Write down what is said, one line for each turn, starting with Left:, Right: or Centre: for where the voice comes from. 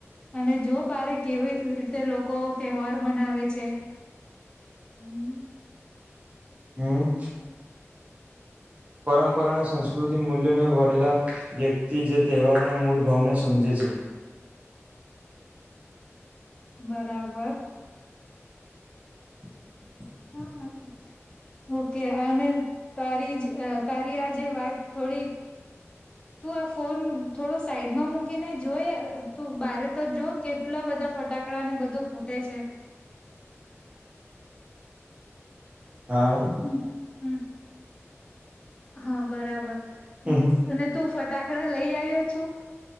Left: અને જો બારે કેવી રીતે લોકો તહેવાર મનાવે છે. હું
Right: હું પરંપરા અને સંસ્કૃતિ મૂલ્યોને વરેલા વ્યક્તિ જે તહેવારોના મૂળ ભાવને સમજે છે.
Left: બરાબર
Right: <unintelligible> <inaudible>
Left: હા વા છે. ઓકે અને તારી, જ તારી આ જે વાત થોડી તું આ ફોન થોડો સાઈડમા મૂકીને જોય, તું બારે તો જો કેટલા બધા ફટાકડા ને બધું ફૂટે છે.
Right: <unintelligible> <inaudible> હા
Left: હમ, હમ. હા, બરાબર હ!
Right: હમ
Left: અને તું ફટાકડા લઈ આવ્યો છું.